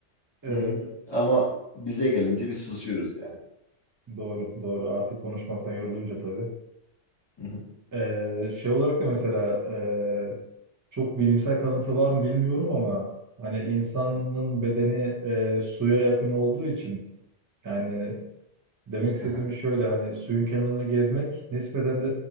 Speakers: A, on the right; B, on the left.
A: e,
B: hı hı. ama bize gelince bir susuyoruz yani.
A: doğru doğru artık konuşmaktan yorulunca tabii.
B: Hı hı.
A: Ee, şey olarak da mesela e, çok bilimsel kanıtı var mı bilmiyorum ama hani insanın bedeni e, suya yakın olduğu için yani demek istediğim
B: Aha.
A: şöyle hani suyun kenarında gezmek nispeten de